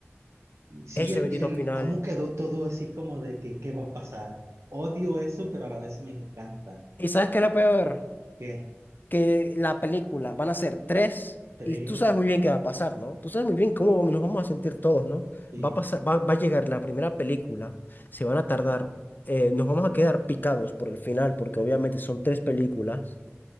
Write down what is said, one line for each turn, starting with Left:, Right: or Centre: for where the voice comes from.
Right: y sí,
Left: Ese
Right: el,
Left: bendito
Right: el
Left: final.
Right: cómo quedó todo así como de que qué va a pasar. Odio eso, pero a la vez me encanta.
Left: ¿Y sabes qué es lo peor?
Right: ¿Qué?
Left: que la película van a ser tres
Right: Tres,
Left: y tú sabes muy bien qué va a pasar, ¿no? Tú sabes muy bien cómo nos vamos a sentir todos, ¿no?
Right: sí,
Left: Va a pasar, va, va a llegar la primera película, se van a tardar, eh, nos vamos a quedar picados por el final porque obviamente son tres películas